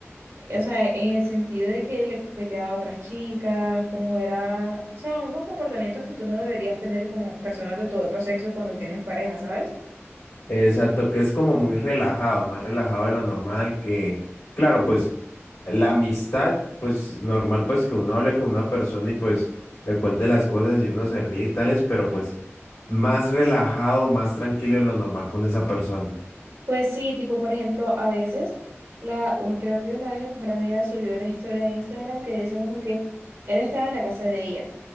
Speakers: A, on the right (about 70°); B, on the left (about 75°).
A: O sea, en el sentido de que le coqueteaba a otras chicas, como era, o sea, unos comportamientos que tú no deberías tener con personas de tu otro sexo cuando tienes pareja, ¿sabes?
B: Exacto, que es como muy relajado, más relajado de lo normal, que claro, pues la amistad, pues normal, pues que uno hable con una persona y pues le cuente las cosas y uno se ríe y tales, pero pues más relajado, más tranquilo de lo normal con esa persona.
A: Pues sí, tipo, por ejemplo, a veces, la, un- creo que una vez la mejor amiga subió una historia de Instagram que decía como que él estaba en la casa de ella